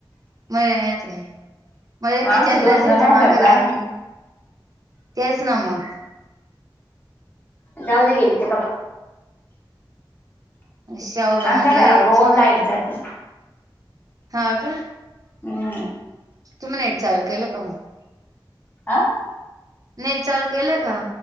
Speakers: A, on the right; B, on the left.
A: मच आहे मज तिच्या
B: आमचे
A: दर्शनच्या
B: दोन दोन हजार
A: मांग
B: राहिले
A: लाग तेच ना म
B: जाऊ द गेली तर काप
A: शावल
B: आमच्याकडे
A: म्हटलय
B: रोज
A: शाव
B: लाईट
A: मात
B: जाती
A: हा का
B: हम्म
A: तुम्ही नट चालू केलं का मग
B: आह
A: नेट चालू केलंय का